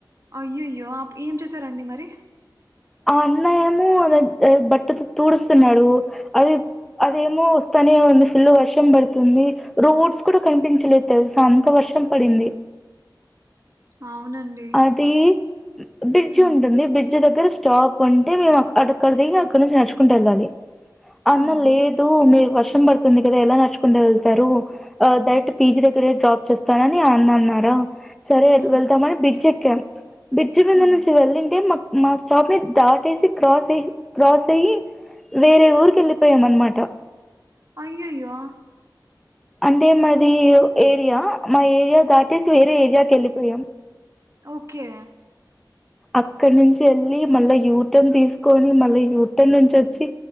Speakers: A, on the right; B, in the centre.
A: అయ్యయ్యో అప్ ఏం చేసారండి మరి
B: ఆ అన్న ఏమో అ బట్టతో తూడుస్తున్నాడు అది అదేమో వస్తానే ఉంది ఫుల్ వర్షం పడుతుంది రోడ్స్ కూడా కనిపించలేదు తెలుసా అంత వర్షం పడింది
A: అవునండి
B: అది బ్రిడ్జ్
A: ఉమ్
B: ఉంటుంది బ్రిడ్జ్ దగ్గర స్టాప్ ఉంటే మేము అక్కడక్కడ దిగి అక్కడ నుంచి నడుచుకుంటే వెళ్ళాలి అన్న
A: ఉమ్
B: లేదు మీరు వ వర్షం పడుతుంది కదా ఎలా నచ్చుకుంట వెళ్తారు ఆ డైరెక్ట్ పి జీ దగ్గరే డ్రాప్ చేస్తానని అ అన్నా అన్నారా సరే
A: ఉమ్
B: వెళ్తాం అని బిగ్ చెక్కమ్ బ్రిడ్జి ముందు
A: ఉమ్
B: నుంచి వెళ్ళింటే మాకు మా స్టాప్ ని దాటేసి క్రాస్ అయ్ క్రాస్ అయ్యి వేరే ఊరికి వెళ్ళిపోయాము అన్నమాట త్త
A: అయ్యయ్యో
B: అంటే మరి యో ఏరియా మా ఏరియా దాటేసి వేరే ఏరియాకి వెళ్ళిపోయాం
A: ఓకే
B: అక్కడి నుంచి వెళ్ళి మళ్ళా యూటన్ తీసుకొని మళ్ళా యూటన్ నుంచి వచ్చి